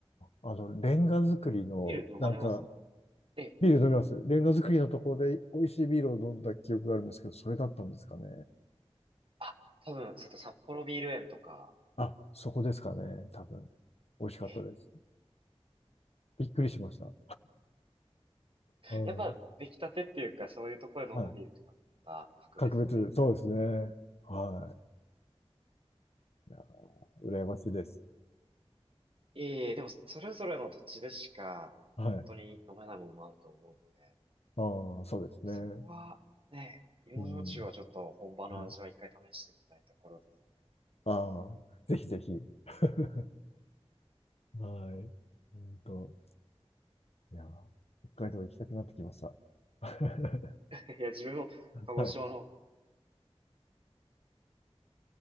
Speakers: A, on the left; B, on the right.
A: あ、あの、レンガ作りの、
B: ビール飲まれますか
A: なんか、
B: ええ。
A: ビール飲みます。レンガ作りのところで美味しいビールを飲んだ記憶があるんですけど、それだったんですかね。
B: あ、多分、ちょっと札幌ビール園とか、
A: あ、そこですかね。多分。美味しかったです。
B: ええ
A: びっくりしました。うん。
B: やっぱ出来たてっていうか、そういうところで飲むビールってまた格別というか。
A: はい。格別、そうですね。はい。いや、羨ましいです。
B: ええ、でもそれぞれの土地でしか、
A: はい。
B: もう本当に飲めないものもあると思うので、
A: ああ、そうですね。
B: そこはね、芋焼酎はちょっと本場の味は一回試してみたいところです。
A: うん。はい。ああ、ぜひぜひ。<laughs> はい。うんと。いや、北海道行きたくなってきました。<laughs>
B: <laughs> いや、自分も鹿児島の方
A: はい。